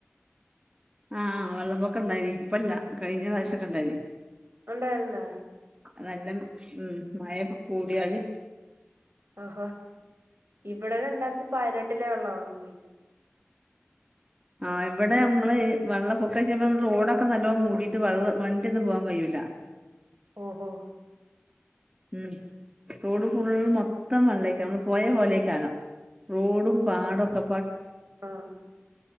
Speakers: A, on the right; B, on the right.
A: ആഹ് വെള്ളപ്പൊക്ക ഇണ്ടായിന് ഇപ്പല്ല കഴിഞ്ഞ പ്രാവശ്യംഒക്കെ ഇണ്ടായിന്
B: ഉണ്ടാവലണ്ട
A: നല്ല ഉം മഴ കൂടിയാല്
B: ഒഹോ ഇവിടെ രണ്ടായിരത്തി പയനെട്ടിലെ ഒള്ളതാണ് അന്ന്
A: ആ ഇവിടെ നമ്മങ്ങള് വെള്ള പൊക്ക റോഡൊക്കെ നല്ലോ മൂടിട്ട് വെള്ള വണ്ടി ഒന്ന് പോവാൻ കഴിയൂല
B: ഓഹോ
A: ഉം റോഡ് ഫുള്ള് മൊത്തം വെള്ളം അരിക്കും നമ്മള് പോയേ പോലേക്കാലോ റോടും പാടൊക്കെ
B: ആഹ